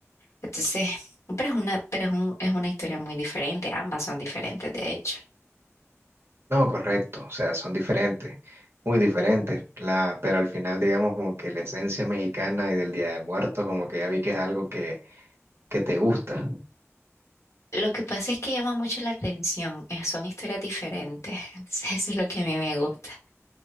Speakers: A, on the left; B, on the right.
A: Entonces, pero es una, pero es un- es una historia muy diferente, ambas son diferentes, de hecho.
B: No, correcto, o sea, son diferentes, muy diferentes, la, pero al final digamos como que la esencia mexicana y del Día de Muertos, como que ya vi que es algo que, que te gusta.
A: Lo que pasa es que llama mucho la atención, eh, son historias diferentes, <laughs> entonces eso es lo que a mí me gusta.